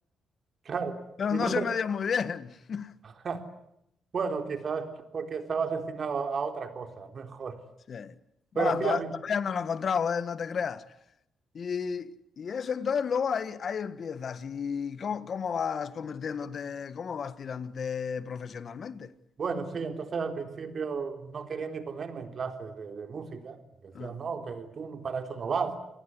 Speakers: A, on the right (about 50°); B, on the left (about 55°).
A: claro.
B: Pero
A: Y
B: no
A: no
B: se
A: te...
B: me dio muy bien. <laughs>
A: <laughs> Bueno, quizás porque estaba destinado a a otra cosa, <laughs> mejor.
B: Sí.
A: Pero
B: Va,
A: sí,
B: to-
A: a mí,
B: todavía no lo he encontrado, ¿eh? No te creas. Y, y eso entonces luego ahí, ahí empiezas. ¿Y cómo, cómo vas convirtiéndote, cómo vas tirándote profesionalmente?
A: bueno, sí, entonces al principio no querían ni ponerme en clases de, de música, porque decían,
B: <laughs>
A: no, que tú para eso no vas.